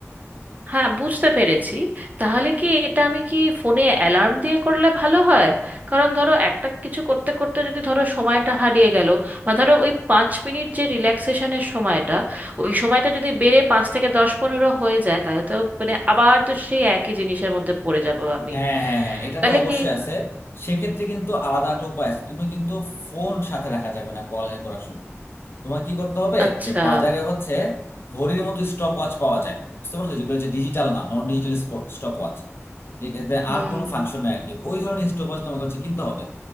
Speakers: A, on the right; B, on the left.
A: হ্যাঁ বুঝতে পেরেছি তাহলে কি এটা আমি কি ফোনে অ্যালার্ম দিয়ে করলে ভালো হয় কারণ ধরো একটা কিছু করতে করতে যদি ধরো সময়টা হারিয়ে গেল বা ধরো ওই পাঁচ মিনিট যে রিল্যাক্সেশনের সময়টা ওই সময়টা যদি বেড়ে পাঁচ থেকে দশ পনেরো হয়ে যায় তাহলে তো মানে আবার তো সেই একই জিনিসের মধ্যে পড়ে যাব আমি
B: হ্যাঁ হ্যাঁ হ্যাঁ এটা
A: তাহলে
B: তো অবশ্যই
A: কি
B: আছে সেক্ষেত্রে কিন্তু আলাদা একটা উপায় আছে তুমি কিন্তু ফোন সাথে রাখা যাবে না পড়ালেখা করার সময় তোমার কি করতে হবে
A: আচ্ছা
B: যে বাজারে হচ্ছে ঘড়ির মতো স্টপ ওয়াচ পাওয়া যায় বুঝতে পারছো যেগুলো হচ্ছে ডিজিটাল না নন ডিজিটাল স্টপ ওয়াচ যেটাতে
A: হুম
B: আর কোনো ফাংশন নাই আর কি ওই ধরনের স্টপ ওয়াচ তোমাকে হচ্ছে কিনতে হবে